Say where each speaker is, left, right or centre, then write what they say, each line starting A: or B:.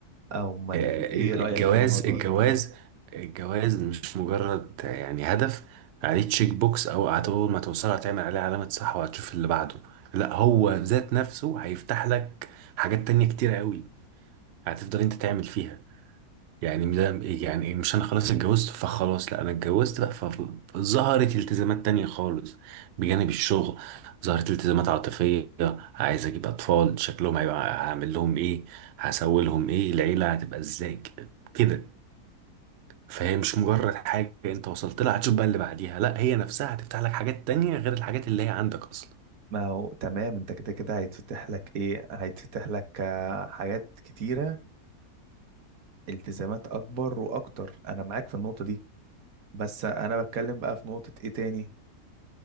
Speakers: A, on the right; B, on the right.
A: امال
B: آه،
A: ايه
B: الجواز
A: رأيك في الموضوع
B: الجواز
A: ده طيب
B: الجواز مش مجرد آه، يعني هدف عليه تشيك بوكس او اول ما توصل هتعمل عليه علامة صح وهتشوف اللي بعده لا هو ذات نفسه هيفتح لك حاجات تانية كتيرة قوي هتفضل انت تعمل فيها يعني ده يعني مش انا خلاص اتجوزت فخلاص لا انا اتجوزت بقى فظهرت التزامات تانية خالص بجانب الشغل ظهرت التزامات عاطفية عايز اجيب اطفال شكلهم هيبقى هعمل لهم ايه هسوي لهم ايه العيلة هتبقى ازاي ك- كده فهي مش مجرد حاجة انت وصلت لها هتشوف بقى اللي بعديها لا هي نفسها هتفتح لك حاجات تانية غير الحاجات اللي هي عندك اصلا
A: ما هو تمام انت كده كده هيتفتح لك ايه هيتفتح لك آه، حاجات كتيرة التزامات اكبر واكتر انا معاك في النقطة دي بس انا بتكلم بقى في نقطة ايه تاني